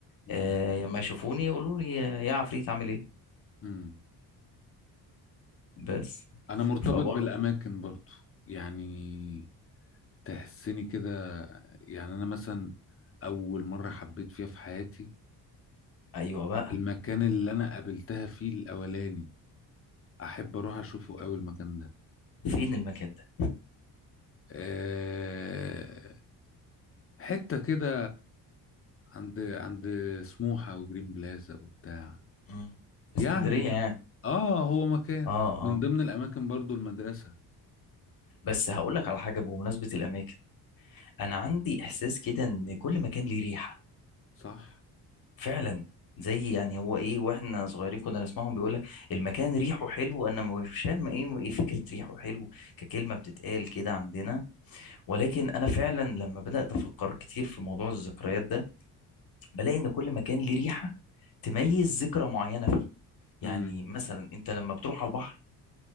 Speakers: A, on the left; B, on the left.
A: امم
B: آه، لما يشوفوني يقولوا لي يا عفريت عامل ايه
A: امم
B: بس
A: انا مرتبط
B: فبرضه
A: بالاماكن برضو يعني تحسني كده يعني انا مثلا اول مره حبيت فيها في حياتي
B: ايوه بقى
A: المكان اللي انا قابلتها فيه الاولاني احب اروح اشوفه قوي المكان ده
B: فين المكان ده
A: أه حته كده عند عند سموحه وجرين بلازا وبتاع
B: مم. في
A: يعني
B: اسكندريه يعني
A: اه هو مكان
B: اه
A: من
B: اه
A: ضمن الاماكن برضو المدرسه
B: بس هقول لك على حاجه بمناسبه الاماكن انا عندي احساس كده ان كل مكان ليه ريحه
A: صح
B: فعلا زي يعني هو ايه واحنا صغيرين كنا نسمعهم بيقول لك المكان ريحه حلو انا مش فاهم ايه ايه فكره ريحه حلو ككلمه بتتقال كده عندنا ولكن انا فعلا لما بدات افكر كتير في موضوع الذكريات ده بلاقي ان كل مكان ليه ريحه تميز ذكرى معينه فيه يعني
A: امم
B: مثلا انت لما بتروح على البحر